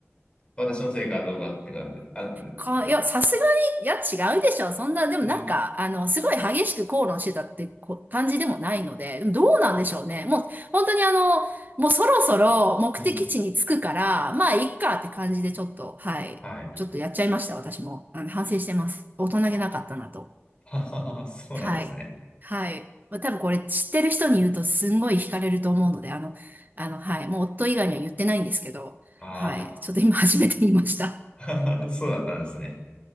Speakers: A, on the left; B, on the right.
A: 私のせいかどうかって感じ、あ、ですよね。
B: か、いや、さすがに、いや、違うでしょ。そんな、でもなんか、
A: うん。
B: あの、すごい激しく口論してたってこ感じでもないので、でもどうなんでしょうね。もう、本当にあの、もうそろそろ目的地に着くから、
A: うん。
B: まあ、いっかって感じでちょっと、はい。
A: はい。
B: ちょっとやっちゃいました、私も。あの反省してます。大人げなかったなと。
A: ああ、<laughs> そうなんですね。
B: はい。はい。まあ、多分これ知ってる人に言うとすんごい惹かれると思うので、あの、あの、はい。もう夫以外には言ってないんですけど、
A: あ
B: はい。ちょっと今初めて言いました。<laughs>
A: あ、<laughs> そうだったんですね。